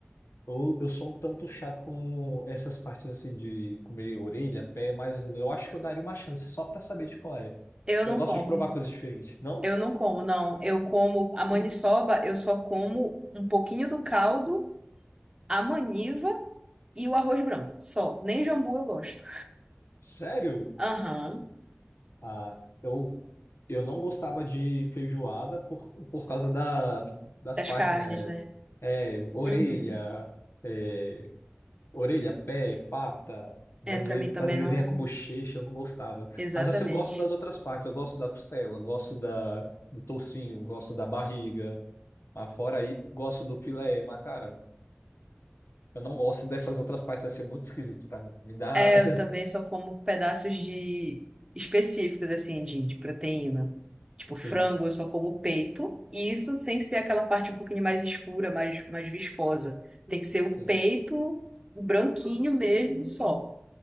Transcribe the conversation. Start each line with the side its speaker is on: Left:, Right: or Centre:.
Left: Eu, eu sou um tanto chato com essas partes assim de comer orelha, pé, mas eu acho que eu daria uma chance só pra saber de qual é.
Right: Eu
Left: Eu
Right: não
Left: gosto
Right: como.
Left: de provar coisas diferentes. Não?
Right: Eu não como, não. Eu como a maniçoba, eu só como um pouquinho do caldo, a maniva e o arroz branco. Só. Nem jambu eu gosto.
Left: Sério?
Right: Aham.
Left: Ah, eu, eu não gostava de feijoada por, por causa da, das
Right: Das
Left: partes,
Right: carnes,
Left: né?
Right: né?
Left: É, orelha,
Right: Uhum.
Left: é, Orelha, pé, pata.
Right: É,
Left: Às
Right: pra
Left: vezes,
Right: mim também
Left: às vezes
Right: não.
Left: vinha com bochecha, eu não gostava.
Right: Exatamente.
Left: Mas assim, eu gosto das outras partes. Eu gosto da costela, eu gosto da, do toucinho, eu gosto da barriga. Mas fora aí, gosto do filé. Mas, cara, eu não gosto dessas outras partes. Vai ser muito esquisito pra mim. Me dá.
Right: É,
Left: <laughs>
Right: eu também só como pedaços de específicos, assim, de, de proteína. Tipo, frango,
Left: Sim,
Right: eu só como peito. E isso sem ser aquela parte um pouquinho mais escura, mais, mais viscosa. Tem que ser o
Left: sim.
Right: peito branquinho mesmo, só.